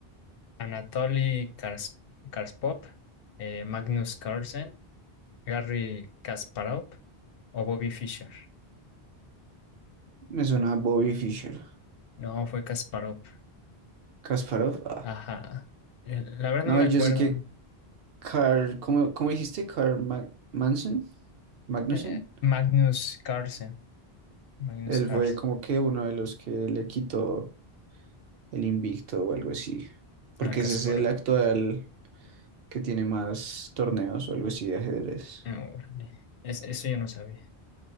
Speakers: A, on the left; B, on the right.
A: Anatoly Kars- Karspov, eh, Magnus Carlsen, Garry Kasparov o Bobby Fischer.
B: Me suena a Bobby Fischer.
A: No, fue Kasparov.
B: Kasparov. ah.
A: Ajá. Eh, La verdad
B: No,
A: no me
B: yo
A: acuerdo.
B: sé que Carl, ¿cómo, cómo dijiste? Carl Ma- Manson, Magnussen.
A: Eh, Magnus Carlsen. Magnus
B: Él
A: Carlsen.
B: fue como que uno de los que le quitó el invicto o algo así. Porque
A: Ah, Kasparov.
B: ese es el actual que tiene más torneos o algo así de ajedrez.
A: No,
B: <laughs>
A: órale. Es- eso yo no sabía.